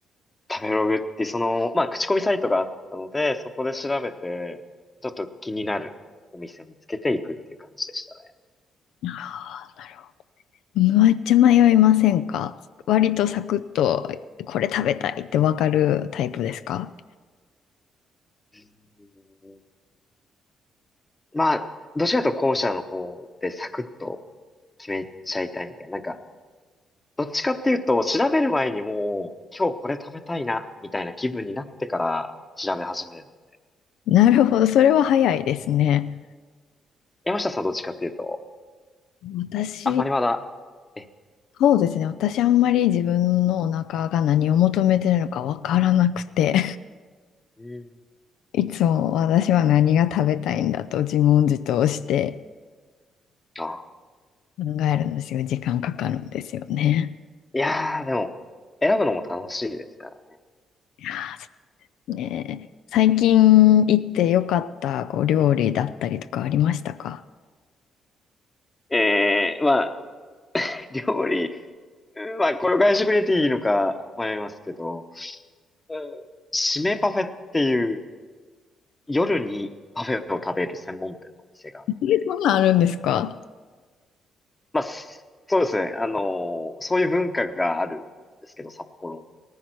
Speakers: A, on the left; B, on the left.
A: 食べログってその、まあ、口コミサイトがあったので、そこで調べて、ちょっと気になるお店を見つけていくっていう感じでしたね。
B: あーなるほどめっちゃ迷いませんか割とサクッとこれ食べたいってわかるタイプですか
A: うんまあ、どちらかというと後者の方でサクッと決めちゃいたいみたいな。なんか、どっちかっていうと、調べる前にもう、今日これ食べたいな、みたいな気分になってから調べ始める。
B: なるほど、それは早いですね。
A: 山下さんどっちかっていうと、
B: 私、
A: あんまりまだ、え、
B: そうですね。私あんまり自分のお腹が何を求めてるのかわからなくて。
A: うーん。
B: いつも私は何が食べたいんだと自問自答して
A: あ、
B: 考えるんですよ。時間かかるんですよね。
A: いやー、でも、選ぶのも楽しいですからね。
B: いやーそうね。最近行ってよかったこう料理だったりとかありましたか
A: えー、まあ、料理、うんまあ、これを外食に入れていいのか迷いますけど、うん締めパフェっていう、夜にパフェを食べる専門店のお店があって、
B: えそんなんあるんですか
A: まあ、そうですね、あのーそういう文化があるんですけど、札幌